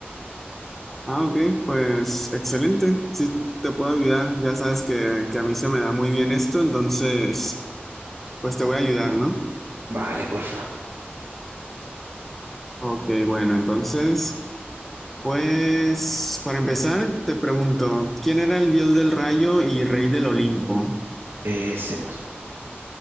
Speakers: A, in the centre; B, on the right.
A: Ah, ok, pues excelente. Sí, te puedo ayudar. Ya sabes que, que a mí se me da muy bien esto, entonces, pues te voy a ayudar, ¿no?
B: Vale, porfa.
A: Ok, bueno, entonces, pues para empezar, te pregunto, ¿quién era el dios del rayo y rey del Olimpo?
B: Eh, Zeus.